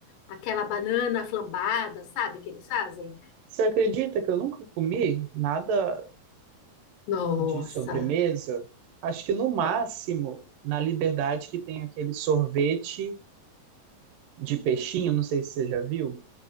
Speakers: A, on the left (about 80°); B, on the right (about 80°).
A: aquela banana flambada, sabe, que eles fazem?
B: Você acredita que eu nunca comi nada
A: Nossa,
B: de sobremesa? Acho que no máximo, na Liberdade, que tem aquele sorvete de peixinho, não sei se você já viu.